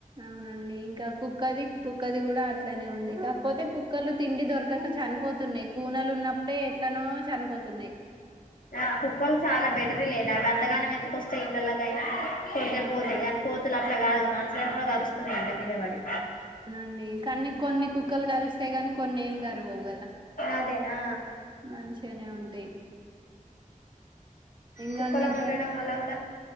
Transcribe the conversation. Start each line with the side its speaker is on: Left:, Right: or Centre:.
Right: అవునండి ఇంకా కుక్కది కుక్కది కూడా అట్లానే ది కాకపోతే కుక్కలు తిండి దొరకక చనిపోతున్నాయి కూనలు ఉన్నప్పుడే ఎట్లనో చనిపోతున్నాయి
Left: ఆ కుక్కలు చాలా బెటర లే అవి అంతగానం ఎందుకు వస్తాయి ఇండ్లలోకైన కొడితే
Right: అవును
Left: పోతే కానీ కోతులు అట్లా కాదుగా మనసులని కూడా కరుస్తున్నాయి అంట మీ మీదబడి
Right: అవునండి కానీ కొన్ని కుక్కలు కరుస్తాయి కానీ కొన్ని ఏమి కరవవు
Left: అదే ఆ
Right: మంచిగానే <inaudible> ఇంకా
Left: కుక్కలో
Right: అండి
Left: ఉండడం వల్ల కూడా